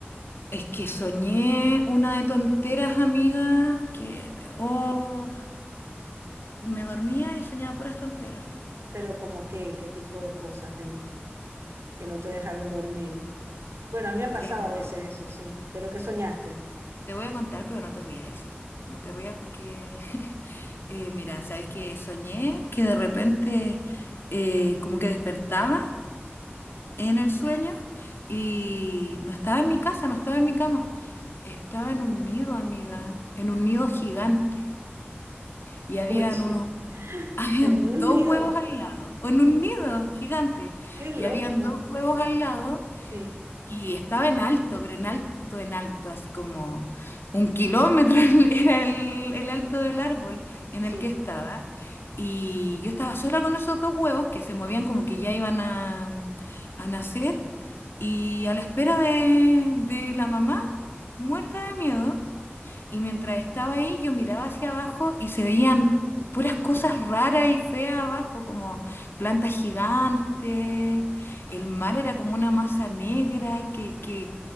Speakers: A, on the left; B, on the right.
A: Es que soñé una de tonteras, amiga, que oh, me dormía y soñaba puras tonteras.
B: Pero como qué, qué tipo de cosas que, que no te dejaron dormir. Bueno, a mí me ha
A: Ya,
B: pasado
A: pero
B: a veces eso, sí. ¿Pero qué soñaste?
A: te voy a contar, pero no te rías, sí. No te rías porque, <laughs> eh, mira, sabes que soñé que de repente eh, como que despertaba en el sueño y no estaba en mi casa, no estaba en mi cama. Estaba en un nido, amiga, en un nido gigante. Y habían
B: Oye,
A: unos,
B: <laughs>
A: <laughs> habían
B: en un
A: dos
B: nido.
A: huevos al lado, o en un nido gigante.
B: Qué loco.
A: Y habían dos huevos al lado
B: Sí,
A: y estaba en alto, pero en alto, en alto, así como un kilómetro <laughs> era el, el alto del árbol en
B: sí.
A: el que estaba. Y yo estaba sola con esos dos huevos que se movían como que ya iban a, a nacer. Y a la espera de, de la mamá, muerta de miedo, y mientras estaba ahí, yo miraba hacia abajo y se veían puras cosas raras y feas abajo, como plantas gigantes. El mar era como una masa negra que, que